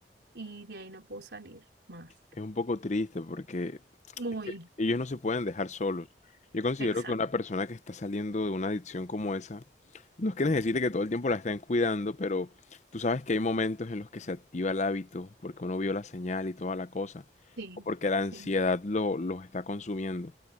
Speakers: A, on the right; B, on the left.
A: y de ahí no pudo salir más.
B: es un poco triste porque
A: Muy
B: Ellos no se pueden dejar solos. Yo considero
A: exacto.
B: que una persona que está saliendo de una adicción como esa, no es que necesite que todo el tiempo la estén cuidando, pero tú sabes que hay momentos en los que se activa el hábito, porque uno vio la señal y toda la cosa,
A: Sí,
B: o porque la
A: sí,
B: ansiedad lo, los está consumiendo.